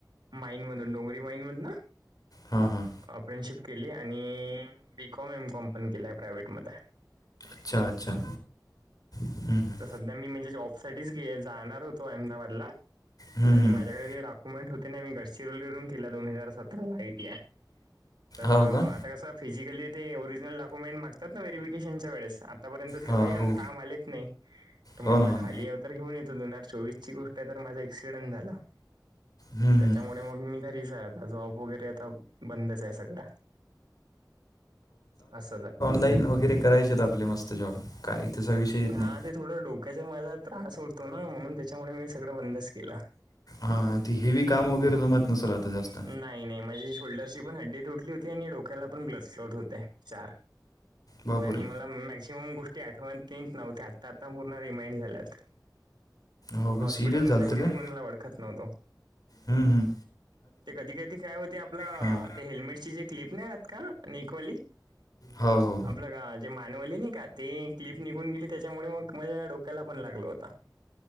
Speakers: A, on the right; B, on the left.
A: माईनमधून डोंगरी माईनमधन.
B: हा, हा.
A: अपँडेंटशीप केली आणि बीकॉम, एम कॉंम पण केलाय प्रायव्हेटमध्ये.
B: अच्छा, अच्छा. हम्म हम्म
A: तर सध्या मी म्हणजे जॉब साठी जाणार होतो, अहमदाबादला-
B: हम्म
A: आणि
B: हम्म
A: माझ्याकडे ते- मेट होते ना म गडचिरोलीूवरून केला दोन हजार सतरा ला आयटी तर
B: हो
A: आता
B: का
A: कस, फिजिकली ते ओरिजिनल डॉक्युमेंट् मागतात ना व्हेरीफिकेशनच्या वेळेस आतापर्यंत तर
B: हां
A: काही
B: हो
A: काम आले, नाही म्हटलं
B: हो ना हो
A: खाली
B: ना
A: याव तर घेऊन येतो दोन हजार चोवीस ची गोष्ट आहे तर माझा एक्सिडेंट झाला.
B: हम्म
A: त्याच्यामुळे
B: हम्म
A: मग मी घरीच आता जॉब वगैरे, आता बंदच आहे सध्या अस,
B: ऑलाईन वगैरे करायचेत आपले मस्त जॉब काय त्याचा विषय येत
A: हा
B: नाही.
A: ते थोडं डोक्याचा मला त्रास होतो ना, म्हणून त्याच्यामुळे मी सगळं बंदच केला.
B: हा ती हेवी काम वगैरे जमत नसल आता जास्त,
A: नाही नाही माझे शोल्डरची पण हड्डी तुटली होती आणि डोक्याला पण ब्लड फ्लोट होते चार,
B: बापरे
A: आणि मला मॅक्झिमम गोष्टी, ते नीट आठवत नव्हतं, आता आता पूर्ण रिमाइंड झाल्यात.
B: हो का
A: हॉस्पिटलमध्ये
B: सिरियस झालतं
A: पण
B: का
A: मी कोणाला ओळखत नव्हतो.
B: हम्म हम्,
A: ते कधी कधी काय होते आपलं
B: हां
A: ते हेल्मेटची जे क्लिप नाही आहेत का नेकवाली,
B: हो हो,
A: आपलं का जे मानवली नाही का ती क्लिप निघून गेली त्याच्यामुळे मग माझ्या डोक्याला पण लागला होता. <unintelligible>